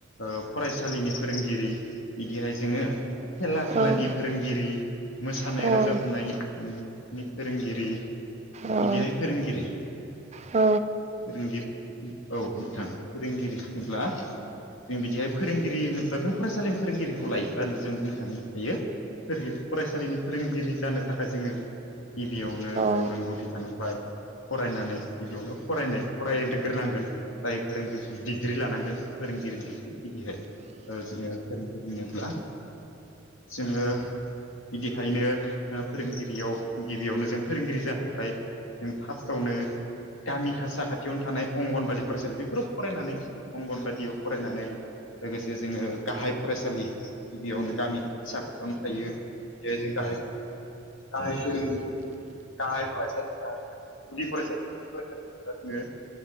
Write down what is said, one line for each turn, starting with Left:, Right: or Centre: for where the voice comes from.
Left: ओ फरायसालिनि फोरोंगिरि बिदिहाय जोङो खेला
Right: औ
Left: दुलानि फोरोंगिरि मोसानाय
Right: औ औ
Left: रोजाबनायनि
Right: नोंथां
Left: फोरोंगिरि
Right: औ
Left: बिदिहाय
Right: नोंथां
Left: फोरोंगिरि
Right: औ
Left: फोरोंगिरि औ नोंथां। फोरोंगिरि होनोब्ला जों बिदिहाय फोरोंगिरि होनोब्ला जों फरायसालिनि फोरोंगिरिखौ लायोब्लानो जों बुंनो थांनो हायो। फोरगो फरायसालिनि फोरोंगिरि जानो थाखाय जोङो। गिबियावनो गाव
Right: औ
Left: रोंगौथि थानांबाय। फरायनानै गिबियावनो फरायनाय फरायग्रोनांगोन। जाय फोरोंगिरि डिग्रि लानांगोन फोरोंगिरिनि दिग्रि बिदिहाय ओ जोङो फोरोंगिरि होनोब्ला जोङो बिदिहखायनो ओ फोरोंगिरियाव गिबियावनो जों फोरोंगिरि जानो थाखाय जों फारसथावनो गामि खासाखाथियावनो थानाय अंगनबादि फरायसालि बे फोर फरायनानै अंगनबादियाव फरायनानै लोगोसे जोङो गाहाय फरायसालि गिबियावनो गामि फिसा फोरावनो थायो। दे जों गाहाय गाहाय फोरोंगिर गाहाय फरायसालि गाहाय फरायसालि गुदि फरायसालि जोङो